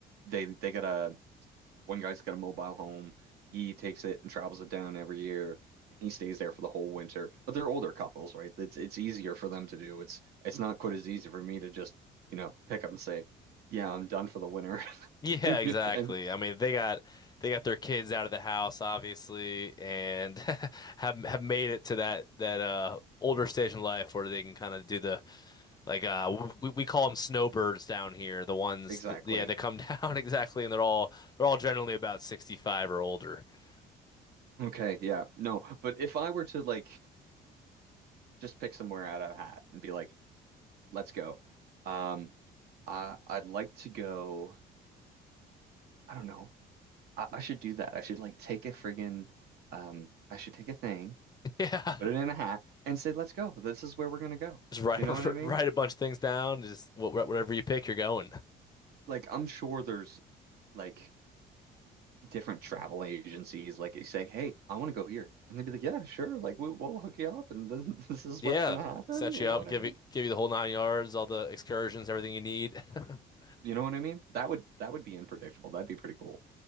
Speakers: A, on the right; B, on the left.
A: they they got a one guy's got a mobile home. He takes it and travels it down every year, and he stays there for the whole winter. But they're older couples, right? It's it's easier for them to do. It's it's not quite as easy for me to just, you know, pick up and say, "Yeah, I'm done for the winter."
B: Yeah,
A: <laughs>
B: exactly.
A: And
B: I mean, they got they got their kids out of the house obviously and <laughs> have have made it to that that uh older stage in life where they can kind of do the Like uh, we we call them snowbirds down here. The ones,
A: exactly.
B: th yeah, they come down <laughs> exactly, and they're all they're all generally about 65 or older. <laughs>
A: Okay, yeah. No, but if I were to like just pick somewhere out of a hat and be like, let's go. Um, I I'd like to go. I don't know. I, I should do that. I should like take a friggin' um, I should take a thing,
B: Yeah,
A: put it in a hat, and say, let's go. This is where we're gonna go.
B: just write
A: You know what I mean?
B: <laughs> write a bunch of things down. Just wh wh- whatever you pick, you're going.
A: Like I'm sure there's like different travel agencies. Like you say, hey, I want to go here, and they'd be like, yeah, sure. Like we, we'll hook you up, and this, <laughs> this is
B: Yeah,
A: what's gonna happen.
B: set
A: You
B: you
A: know
B: up,
A: what
B: give
A: I mean?
B: you give you the whole nine yards, all the excursions, everything you need. <laughs>
A: You know what I mean? That would that would be unpredictable. That'd be pretty cool.